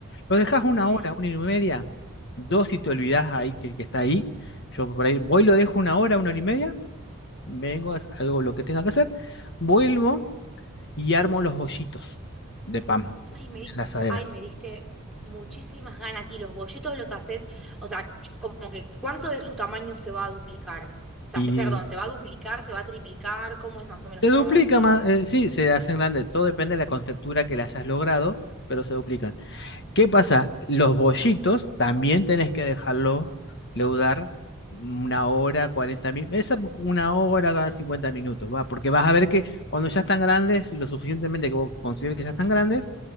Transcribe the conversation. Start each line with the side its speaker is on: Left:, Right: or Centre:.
Left: Lo dejas
Centre: Ok.
Left: una hora, una y media, dos si te olvidás ahí que, que está ahí. Yo por ahí voy, lo dejo una hora, una hora y media, vengo, hago lo que tenga que hacer, vuelvo y armo los bollitos de pan
Centre: Ay, me di-
Left: en la asadera.
Centre: ay, me diste muchísimas ganas. Y los bollitos los haces, o sea, como que ¿cuánto de su tamaño se va a duplicar? O sea,
Left: Y
Centre: se- perdón, ¿se va a duplicar, se va a triplicar? ¿Cómo es más o menos
Left: Se
Centre: para
Left: duplica
Centre: darme una idea?
Left: más, eh, sí, se hacen grandes, todo depende de la contextura que le hayas logrado, pero se duplican. ¿Qué pasa? Los bollitos también tenés que dejarlos leudar una hora, 40 minutos, esa una hora cada 50 minutos, va, porque vas a ver que cuando ya están grandes, lo suficientemente que vos consideres que ya están grandes,